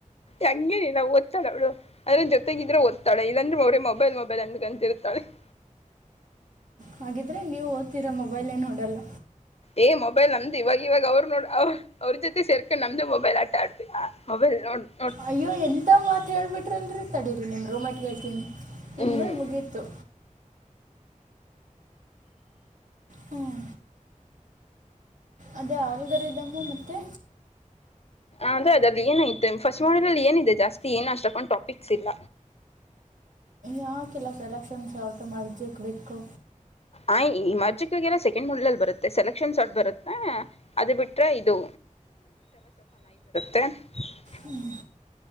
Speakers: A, on the left (about 50°); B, on the right (about 70°).
A: ಹಂಗೇನಿಲ್ಲ ಓದತಾಳು ಅವ್ಳು ಆದ್ರೆ ಜೊತೆಗಿದ್ರೆ ಓದ್ತಾಳ ಇಲ್ಲಂದ್ರೆ ಬರೇ ಮೊಬೈಲ್ ಮೊಬೈಲ್ ಅಂದ್ ಅಂತಿತಾಳ <inaudible>
B: ಹಾಗಿದರೆ ನೀವು ಓದ್ತಿರ ಮೊಬೈಲೇ ನೋಡೋಲ್ಲ
A: ಏ್ ಮೊಬೈಲ್ ನಮ್ದು ಇವಾಗ ಇವಾಗ ಅವ್ರ ನೋಡ್ ಅವ್ರ ಅವ್ರ ಜೊತೆ ಸೇರ್ಕೊಂಡ್ ನಮ್ದು ಮೊಬೈಲ್ ಆಟ ಆಡ್ಬೇಕ ಮೊಬೈಲ್ ನೋ
B: ಅಯ್ಯೋ ಎಂತ ಮಾತು ಹೇಳ್ಬಿಟ್ರಿ ಅಲ್ರೀ ತಡೀರಿ ನಿಮ್ಮ್ ರೂಂಮೇಟ್ ಗೆ ಹೇಳ್ತೀನಿ
A: ಹ್ಮ್
B: ಇನ್ಮೇಲೆ ಮುಗೀತು ಹ್ಮ್ ಅದೇ ಆಲ್ಗೋರಿತಂ ಮತ್ತೆ
A: ಅದೆ ಅದ ಅಲ್ಲಿ ಏನೈತೆ ಫಸ್ಟ್ ಮಾಡಲ್ ಅಲ್ಲಿ ಏನಿದೆ ಜಾಸ್ತಿ ಏನು ಅಷ್ಟಕ್ಕೊಂಡ್ ಟಾಪಿಕ್ಸ್ ಇಲ್ಲ
B: ಯಾಕೆಲ್ಲ ಸೆಲೆಕ್ಷನ್ಸ್ ಹೌ ಟು <unintelligible>
A: ಆ ಈ ಮರ್ಜಿಕಿಗೆಲ್ಲ ಸೆಕೆಂಡ್ ಮಾಡ್ಯೂಲ್ ಅಲ್ಲಿ ಬರುತ್ತೆ ಸೆಲೆಕ್ಷನ್ ಸಾರ್ಟ್ ಬರುತ್ತೆ ಅದು ಬಿಟ್ರೆ ಇದು <unintelligible>
B: ಹ್ಮ್